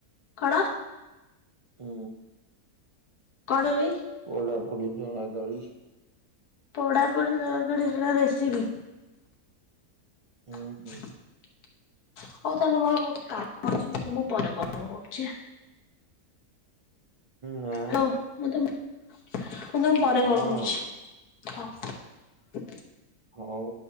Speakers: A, on the left; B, on the right.
A: କଣ?
B: ହୁଁ।
A: କଣ ହେବି?
B: ପୋଡା ପୋଡି ଦଳା ଦଳି।
A: ପୋଡା ପୋଡି ଦଳା ଦଳି ହେଗୁଡା ରେସିପି? <inaudible>
B: ହୁଁ ହୁଁ
A: ହଉ ତାହେଲେ ମୋର ବହୁତ କାମ ଅଛି ମୁଁ ତୁମକୁ ପରେ କଲ୍ କରୁଛି।
B: ନା
A: ହଉ ମୁଁ ତୁମକୁ ମୁଁ ପରେ
B: ହଁ
A: କଲ କରୁଛି। ହଉ।
B: ହଉ।